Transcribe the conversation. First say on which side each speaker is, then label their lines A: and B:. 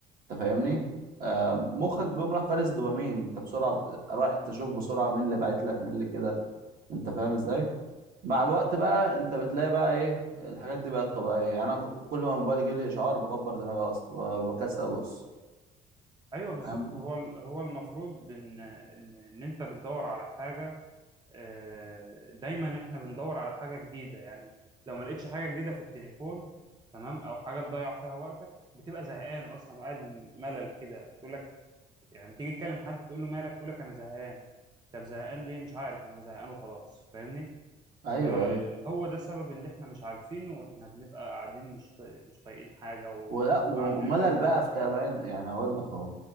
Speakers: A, on the right; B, on the right.
A: انت فاهمني آه مخك بيقوم راح فارس دوبامين انت بسرعة بت- رايح تشوف بسرعة مين اللي بعت لك مين اللي كده انت فاهم ازاي مع الوقت بقى انت بتلاقي بقى ايه الحاجات دي بقت طبيعية يعني انا كل ما موبايلي يجيلي اشعار بكبر دماغي اصلا بكسل ابص
B: ايوه بالظبط
A: فاهم
B: هو هو المفروض ان ان ان انت بتدور على حاجه آه، دايما احنا بندور على حاجه جديده يعني لو ما لقيتش حاجه جديده في التليفون تمام او حاجه تضيع فيها وقتك بتبقى زهقان اصلا وقاعد ملل كده تقول لك يعني تيجي تكلم حد تقول له مالك يقول لك انا زهقان طب زهقان ليه مش عارف انا زهقان وخلاص فاهمني
A: ايوه
B: فهو
A: ايوه
B: ده السبب اللي احنا مش عارفينه واحنا بنبقى قاعدين مش طايق- مش طايقين حاجه وما
A: ولا وملل
B: عندناش
A: بقى في كمان يعني هقول لك اهو